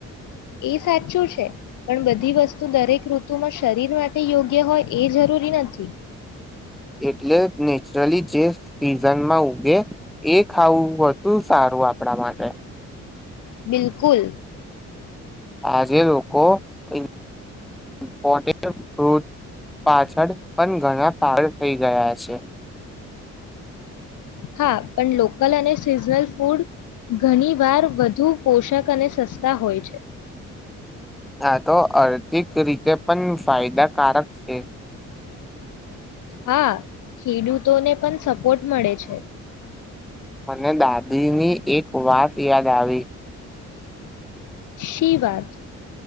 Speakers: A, on the left; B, in the centre.
A: એ સાચું છે. પણ બધી વસ્તુ દરેક ઋતુમાં શરીર માટે યોગ્ય હોય એ જરૂરી નથી.
B: એટલે નેચરલી જે સીઝનમાં ઊગે એ ખાવું વધુ સારું આપણા માટે.
A: બિલકુલ.
B: આજે લોકો ઇપોટેડ ફૂડ પાછળ પણ ઘણા પાગલ થઈ ગયા છે.
A: હા, પણ લોકલ અને સિઝનલ ફૂડ ઘણી વાર વધુ પોષક અને સસ્તા હોય છે.
B: આ તો આર્થિક રીતે પણ ફાયદાકારક છે.
A: હા, ખેડૂતોને પણ સપોર્ટ મળે છે.
B: મને દાદીની એક વાત યાદ આવી.
A: શી વાત?